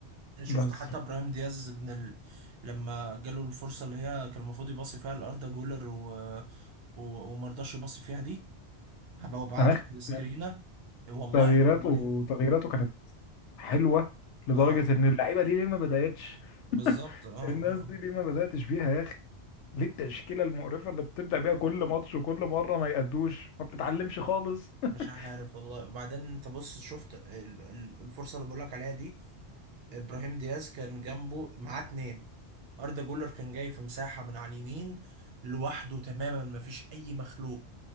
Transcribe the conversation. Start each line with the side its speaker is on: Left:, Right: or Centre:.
Right: شفت
Left: بس
Right: حتى ابراهيم دياز من ال... لما جاله الفرصه اللي هي كان المفروض يباصي فيها لاردا جولر و... و... ومرضاش يباصي فيها دي هبقى ابعت
Left: انا آخر-
Right: لك السكرينه
Left: يعني
Right: والله
Left: تغييراته
Right: العظيم
Left: تغييراته كانت حلوة لدرجة
Right: اه
Left: ان اللعيبة دي ليه ما بدأتش
Right: بالظبط اه اه
Left: الناس
Right: آه.
Left: دي ليه ما بدأتش بيها يا اخي ليه التشكيلة المقرفة اللي بتبدأ بيها كل ماتش وكل مرة ما يأدوش ما بتتعلمش خالص <laughs>
Right: مش عارف والله وبعدين انت بص شفت ال... ال- الفرصه اللي بقول لك عليها دي ابراهيم دياز كان جنبه معاه اتنين اردا جولر كان جاي في مساحه من على اليمين لوحده تماما مفيش اي مخلوق